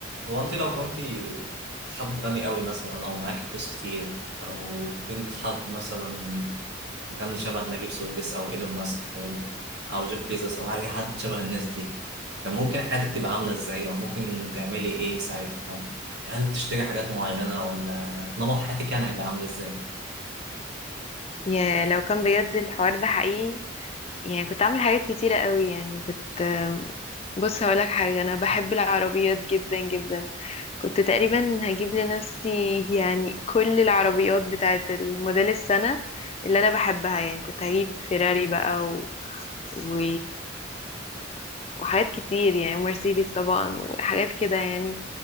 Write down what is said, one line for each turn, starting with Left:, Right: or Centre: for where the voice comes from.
Right: هو انت لو كنت حد غني قوي مثلا او معاكي فلوس كتير او بنت حد مثلا غني شبه نجيب ساويرس او ايلون ماسك او او جيف بيزوس او اي حد شبه الناس دي كان ممكن حياتك تبقى عامله ازاي او ممكن تعملي ايه ساعتها هل تشتري حاجات معينه ولا نمط حياتك يعني هيبقى عامل ازاي
Left: يا لو كان بجد الحوار ده حقيقي يعني كنت اعمل حاجات كتيرة قوي يعني كنت بص هقولك حاجة انا بحب العربيات جدا جدا كنت تقريبا هجيب لنفسي يعني كل العربيات بتاعة الموديل السنة اللي انا بحبها يعني كنت هجيب فيراري بقى و... و... وحاجات كتير يعني مرسيدس طبعا وحاجات كده يعني